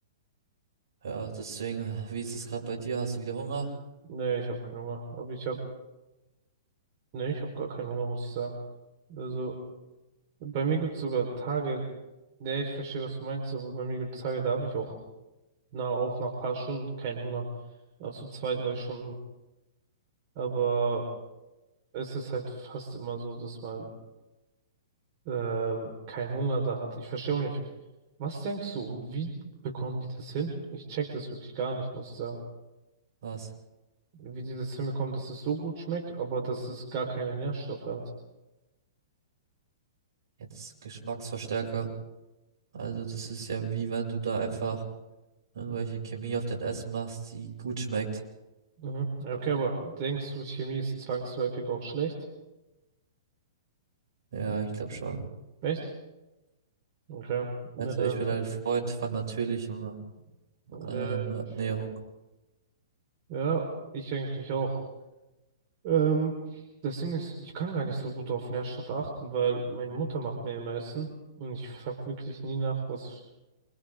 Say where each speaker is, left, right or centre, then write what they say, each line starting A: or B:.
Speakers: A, on the right; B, on the right.
A: Ja, deswegen, wie ist es gerade bei dir? Hast du wieder Hunger?
B: Nee, ich habe keinen Hunger. Aber ich habe, nee, ich habe gar keinen Hunger, muss ich sagen. Also, bei mir gibt es sogar Tage, nee, ich verstehe, was du meinst, aber bei mir gibt es Tage, da habe ich auch, na, auch nach paar Stunden keinen Hunger. Nach so zwei, drei Stunden. Aber es ist halt fast immer so, dass man ähm, keinen Hunger da hat. Ich verstehe auch nicht. Was denkst du, wie bekommen die das hin? Ich check das wirklich gar nicht, muss ich sagen.
A: Was?
B: Wie die das hinbekommen, dass es so gut schmeckt, aber dass es gar keine Nährstoffe hat.
A: Jetzt Geschmacksverstärker. Also das ist ja wie wenn du da einfach irgendwelche Chemie auf dein Essen machst, die gut schmeckt.
B: Mhm. Ja, Okay, aber denkst du, Chemie ist zwangsläufig auch schlecht?
A: Ja, ich glaube schon.
B: Echt? Okay.
A: Also
B: Äh,
A: ich bin ein Freund von natürlicher ähm,
B: äh,
A: Ernährung.
B: ja, ich eigentlich auch. Ähm, das Ding ist, ich kann gar nicht so gut auf Nährstoffe achten, weil meine Mutter macht mir immer Essen und ich frag wirklich nie nach, was